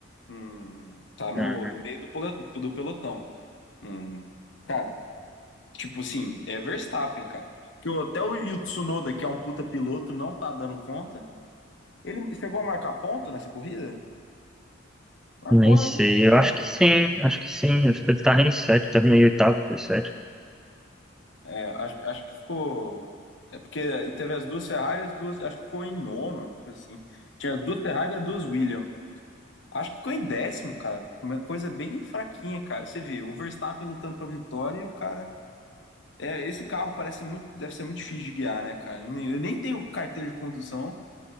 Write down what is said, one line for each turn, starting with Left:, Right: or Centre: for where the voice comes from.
Left: Hum, tá no,
Centre: ah,
Left: no meio do, pole- do pelotão. Hum, cara, tipo assim, é Verstappen, cara. Que o- até o, e o Tsunoda, que é um puta piloto, não tá dando conta. Ele chegou a marcar ponto nessa corrida? Marcou,
Centre: nem sei.
Left: né?
Centre: Eu acho
Left: Bom,
Centre: que sim, acho que sim. Acho que ele tava em sétimo, tava em oitavo, foi sétimo.
Left: É, acho, acho que ficou. É porque e teve as duas Ferrari, as duas. Acho que ficou em nono, coisa assim. Tinha as duas Ferrari e as duas Williams. Acho que ficou em décimo, cara. Uma coisa bem fraquinha, cara. Você vê, o Verstappen lutando pra vitória e o cara É, esse carro parece muito, deve ser muito difícil de guiar, né, cara? Eu nem, eu nem tenho carteira de condução